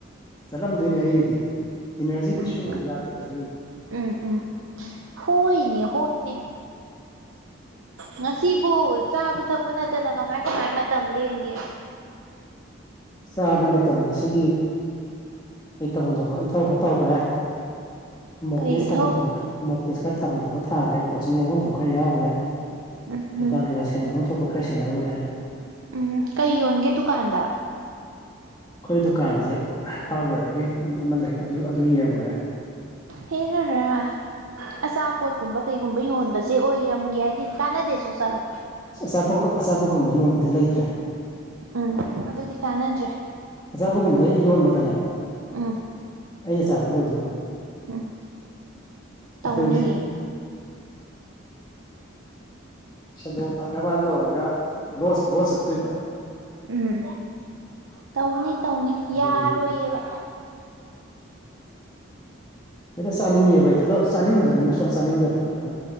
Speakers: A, on the left; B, on the right.
A: ꯆꯠꯂꯝꯗꯣꯏꯅꯦ ꯑꯩꯒꯤꯗꯤ ꯏꯅꯔꯖꯤ
B: ꯎꯝ
A: ꯈꯨꯠꯁꯨꯝꯖꯤ ꯌꯥꯗꯦꯕ ꯑꯩꯒꯤꯗꯤ
B: ꯎꯝ ꯎꯝ ꯍꯣꯏꯅꯦ ꯍꯣꯏꯅꯦ ꯉꯁꯤꯕꯨ ꯆꯥꯕ ꯊꯛꯄ ꯅꯠꯇꯅ ꯀꯃꯥꯏ ꯀꯃꯥꯏ ꯃꯇꯝ ꯂꯦꯟꯒꯦ
A: ꯆꯥꯕ ꯅꯠꯇꯅ ꯉꯁꯤꯒꯤ ꯑꯩ ꯇꯧꯐꯝ ꯊꯣꯛꯄ ꯏꯊꯧ ꯈꯔ ꯇꯧꯈ꯭ꯔꯦ ꯃꯣꯛꯇꯦꯁ
B: ꯀꯩ ꯏꯊꯧ
A: ꯊꯥꯕꯝ ꯊꯣꯛꯄ ꯈꯔ ꯃꯣꯛꯇꯦꯁ ꯈꯔ ꯊꯥꯕꯝ ꯊꯣꯛꯄ ꯊꯥ꯭ꯒꯔꯦ ꯀꯣꯆꯤꯡ ꯌꯥꯎꯕꯝ ꯈꯔ ꯌꯥꯎꯒ꯭ꯔꯦ
B: ꯎꯝ
A: ꯗꯨꯀꯥꯟ
B: ꯎꯝ
A: ꯀꯩꯀꯥ ꯁꯦꯟꯅꯐꯝ ꯊꯣꯛꯄ ꯈꯔ ꯁꯦꯟꯅꯧꯔꯦ
B: ꯎꯝ ꯀꯩ ꯌꯣꯟꯒꯦ ꯗꯨꯀꯥꯟꯗ
A: ꯑꯩꯈꯣꯏ ꯗꯨꯀꯥꯟꯁꯦ ꯍꯥꯔꯠꯋꯦꯔꯒꯤ ꯑꯃ ꯂꯩ ꯑꯗꯨ ꯑꯗꯨ ꯌꯦꯡꯉꯨꯔꯦ
B: ꯍꯦꯔꯥ ꯔ ꯑꯆꯥꯄꯣꯠꯀꯨꯝꯕ ꯀꯩꯒꯨꯝꯕ ꯌꯣꯟꯕꯁꯦ ꯑꯣꯏꯔꯝꯒꯦ ꯍꯥꯏꯗꯦ ꯀꯥꯟꯅꯗꯦꯁꯨ ꯆꯥꯠꯂꯣ
A: ꯑ ꯑꯆꯥꯄꯣ ꯑꯆꯥꯄꯣꯀꯨꯝꯕ ꯌꯣꯟꯕꯗꯤ ꯂꯩꯇ꯭ꯔꯦ
B: ꯎꯝ ꯑꯗꯨꯗꯤ ꯀꯥꯟꯅꯗ꯭ꯔꯦ꯫
A: ꯑꯆꯥꯄꯣꯠꯒꯨꯝꯕꯗꯣ ꯑꯩ ꯌꯣꯟꯕꯗꯅꯦ
B: ꯎꯝ
A: ꯑꯩꯅ ꯆꯥꯕꯗ ꯂꯣꯏꯗꯣꯏꯕ
B: ꯎꯝ ꯇꯧꯅꯤꯌꯦ
A: ꯑꯗꯨꯒꯤ <inaudible> ꯁꯦꯟꯗꯣꯡ ꯐꯪꯅꯕꯅ ꯇꯧꯔꯒ ꯂꯣꯁ ꯂꫭꯁ ꯆꯠꯇꯣꯏꯕ
B: ꯎꯝ ꯇꯧꯅꯤ ꯇꯧꯅꯤ
A: ꯑꯗꯨꯒꯤ
B: ꯌꯥꯔꯣꯏꯌꯦꯕ
A: ꯍꯦꯛꯇ ꯆꯥꯅꯤꯡꯉꯦꯕ ꯑꯩꯗꯤ ꯑꯗꯣ ꯆꯥꯅꯤꯡꯗ꯭ꯔꯒꯅ ꯁꯨꯡꯆꯥ ꯆꯥꯅꯤꯡꯗꯕ ꯑꯗꯨꯝ